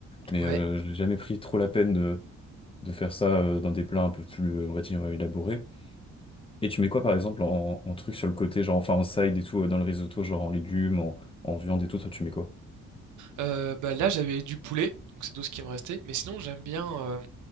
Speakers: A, on the left; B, on the right.
A: Mais
B: Ouais.
A: euh, je n'ai jamais pris trop la peine de, de faire ça euh, dans des plats un peu plus, on va dire, euh, élaborés. Et tu mets quoi, par exemple, en, en truc sur le côté, genre, enfin, en side et tout, euh, dans le risotto, genre en légumes, en, en viande et tout, toi, tu mets quoi?
B: Euh, bah là, j'avais du poulet, donc c'est tout ce qui me restait. Mais sinon, j'aime bien, euh,